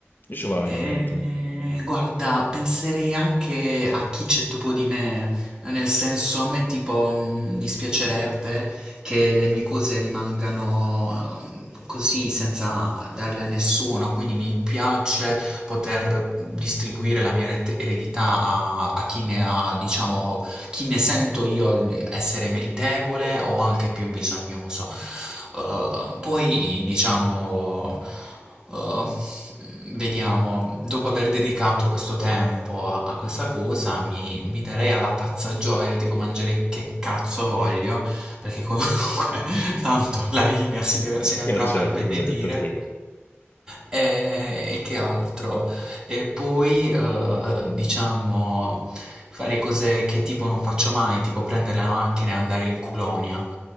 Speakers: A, on the left; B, on the right.
A: Io ce l'avevo
B: Eh,
A: in mente.
B: guarda, penserei anche a chi c'è dopo di me, nel senso a me tipo mm, dispiacerebbe che le mie cose rimangano ehm, così senza darle a nessuno, quindi mi piace poter distribuire la mia eret- eredità a, a chi ne ha, diciamo, chi ne sento io essere meritevole o anche più bisognoso. Eh, poi, diciamo... Uh, vediamo, dopo aver dedicato questo tempo a, a questa cosa, mi, mi darei alla pazza gioia, tipo mangiare che cazzo voglio, perché comunque <laughs> tanto la linea si deve- se ne
A: Eh
B: andrà
A: certo,
B: a far benedire.
A: quello che te frega.
B: E, e che altro? E poi, eh, diciamo, fare cose che tipo non faccio mai, tipo prendere la macchina e andare in colonia.